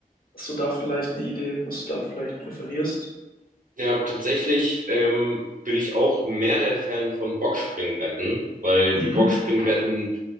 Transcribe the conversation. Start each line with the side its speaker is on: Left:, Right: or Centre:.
Left: Hast du da vielleicht eine Idee, was du da vielleicht präferierst?
Right: Ja, tatsächlich ähm, bin ich auch mehr der Fan von Boxspringbetten, weil
Left: Mhm.
Right: die Boxspringbetten